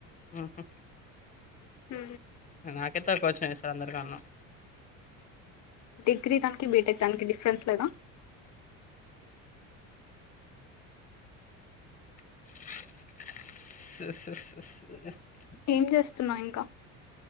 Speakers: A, on the left; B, on the left.
A: ఆహా
B: ఉ
A: నాకే తక్కువ వచ్చినాయి ఈ సారి అందరికన్నా
B: డిగ్రీ దానికి బీటెక్ దానికి డిఫరెన్స్ లేదా
A: <unintelligible>
B: ఏం చేస్తున్నావ్ ఇంక